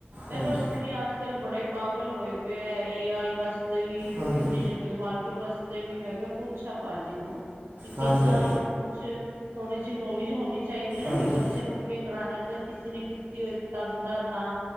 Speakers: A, on the right (about 70°); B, on the right (about 45°).
A: ਮੈਂ
B: ਹਾਂਜੀ
A: ਕਿਆ ਲੋ ਕੀ ਅੱਜ ਕੱਲ੍ਹ ਬੜੇ ਪਾਗਲ ਹੋਏ ਪਏ ਐ ਏ ਆਈ ਵਸ ਤੇ ਵੀ
B: ਹਾਂਜੀ ਹਾਂਜੀ
A: ਡਿਜੀਟਲ ਮਾਰਕੀਟ ਵਾਸਤੇ ਵੀ ਮੈਂ ਕਿਆ ਪੁੱਛਾ ਭਾਜੀ ਨੂੰ ਕਿ ਕਿੱਦਾਂ
B: ਹਾਂਜੀ
A: ਕੁਛ ਥੋੜ੍ਹੀ ਜੀ ਨੌਲੇਜ ਹੋਣੀ ਚਾਈਦੀ ਐ ਨਾ
B: ਹਾਂਜੀ
A: ਕਿ ਬੱਚੇ ਨੂੰ ਅੱਗੇ ਕਰਾਨਾ ਤੇ ਕਿਸੀ ਨੇ ਕੀਤੀ ਹੋਈ ਤਾਂ ਬੰਦਾ ਤਾਂ